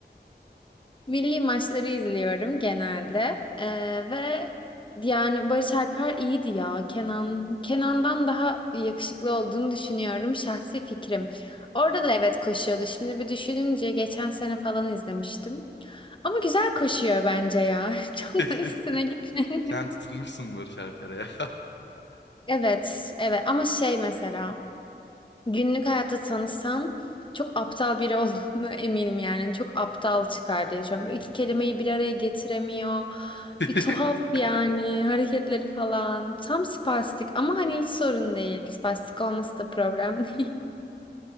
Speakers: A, on the left (about 25°); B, on the left (about 80°).
A: milli maçları izliyorum genelde. Ee, ve yani Barış Alper iyiydi ya. Kenan Kenan'dan daha yakışıklı olduğunu düşünüyorum şahsi fikrim. Orada da evet koşuyordu. Şimdi bir düşününce geçen sene falan izlemiştim. Ama güzel koşuyor bence ya. <laughs> Çok
B: <laughs>
A: da üstüne gitmeyelim.
B: Sen tutulmuşsun Barış Alper'e ya.
A: Evet, evet ama şey mesela günlük hayatta tanısam çok aptal biri olduğunu <laughs> eminim yani. Çok aptal çıkar diye düşünüyorum. Böyle iki kelimeyi bir araya getiremiyor.
B: <laughs>
A: Bir tuhaf yani hareketleri falan. Tam spastik ama hani hiç sorun değil. Spastik olması da problem <laughs> değil.